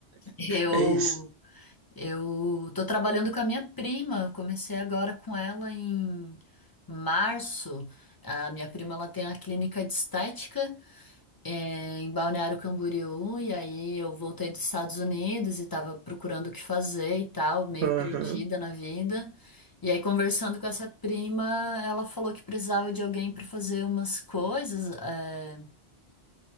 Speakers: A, on the left (about 30°); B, on the right (about 75°).
A: Eu
B: é isso.
A: Eu tô trabalhando com a minha prima, comecei agora com ela em março. A minha prima ela tem a clínica de estética eh, em Balneário Camboriú, e aí eu voltei dos Estados Unidos e tava procurando o que fazer e tal, meio
B: Aham,
A: perdida na vida. E aí, conversando com essa prima, ela falou que precisava de alguém para fazer umas coisas. é,